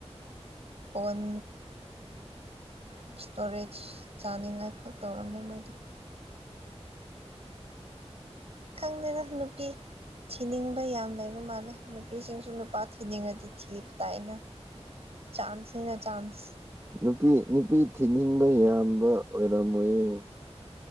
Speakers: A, on the right; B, on the right.
A: ꯑꯣꯟ ꯏꯁꯇꯣꯔꯦꯖ ꯆꯥꯅꯤꯡꯉꯥꯏꯈꯛ ꯇꯧꯔꯝꯃꯦ ꯃꯣꯏꯗꯤ ꯈꯪꯗꯦꯅ ꯅꯨꯄꯤ ꯊꯤꯅꯤꯡꯕ ꯌꯥꯝ ꯂꯩꯕ ꯃꯥꯜꯂꯦ ꯅꯨꯄꯤꯁꯤꯡꯁꯨ ꯅꯨꯄꯥ ꯊꯤꯅꯤꯡꯉꯗꯤ ꯊꯤꯕ ꯇꯥꯏꯅ ꯆꯥꯟꯁꯅꯤꯅ ꯆꯥꯟꯁ
B: ꯅꯨꯄꯤ ꯅꯨꯄꯤ ꯊꯤꯅꯤꯡꯕ ꯌꯥꯝꯕ ꯑꯣꯏꯔꯝꯃꯣꯏꯌꯦ